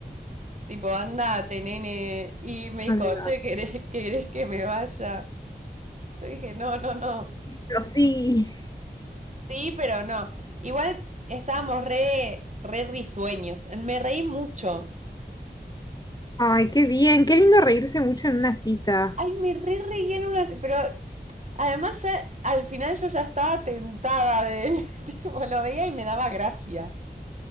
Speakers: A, on the right; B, on the left.
A: Tipo, andate, nene. Y me dijo,
B: Andate.
A: che, ¿querés, querés que me vaya? Yo dije, no, no, no.
B: Pero sí.
A: Sí, pero no. Igual estábamos re, re risueños. Me reí mucho.
B: Ay, qué bien. Qué lindo reírse mucho en una cita.
A: Ay, me re reí en unas. Pero además, ya al final yo ya estaba tentada de <laughs> él. Tipo, lo veía y me daba gracia.